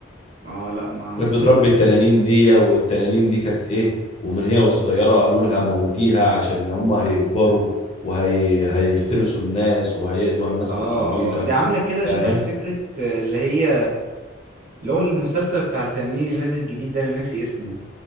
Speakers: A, on the right; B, on the left.
A: اه لا ما ممكن
B: كانت بتربي التنانين دي والتنانين دي كانت إيه ومن هي وصغيرة قالوا لها موتيها عشان هما هيكبروا وهي هيفترسوا الناس وهيقضوا على الناس
A: اه
B: في القبيلة
A: اه دي عاملة كده
B: فاهم
A: شبه فكرة آه، اللي هي اللي هو المسلسل بتاع التنين اللي نازل جديد ده انا ناسي اسمه